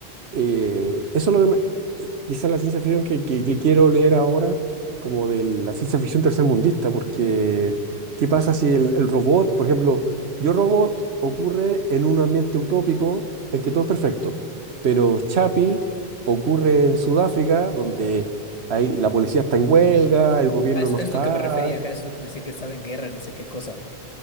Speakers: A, on the right; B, on the left.
A: eh, eso es lo que me- eh, esa es la ciencia ficción que, que- que quiero leer ahora, como de la ciencia ficción tercermundista, porque ¿qué pasa si el, el robot, por ejemplo, Yo Robot ocurre en un ambiente utópico en que todo es perfecto, pero Chapi ocurre en Sudáfrica, donde ahí la policía está en huelga, el gobierno
B: Ah, eso
A: no
B: es
A: está,
B: lo que me refería, ajá, eso es lo que decía que estaba en guerra, ni sé qué cosa.